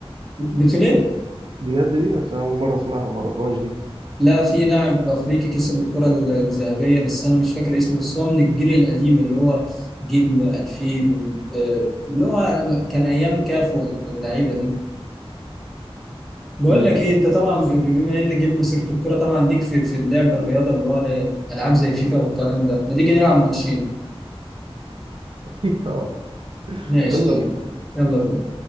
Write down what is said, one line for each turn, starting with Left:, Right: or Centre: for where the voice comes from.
Centre: قلت ليه
Right: بجد دي أصل أنا أول مرة أسمعها ما أعرفهاش دي
Centre: لا في لاعب افريقي كسب الكره الذهبيه بس انا مش فاكر اسمه بس هو من الجيل القديم اللي هو جيل 2000 آه، اللي هو كان ايام كاف واللعيبه دي بقول
Right: أمم.
Centre: لك ايه انت طبعا ب- ب- بما ان جبنا سيره الكوره طبعا ليك في في اللعب الرياضه اللي هو العاب زي فيفا والكلام ده ما تيجي نلعب ماتشين
Right: <laughs> طبعا
Centre: ماشي
Right: يلا
Centre: يلا
Right: بينا
Centre: يلا بينا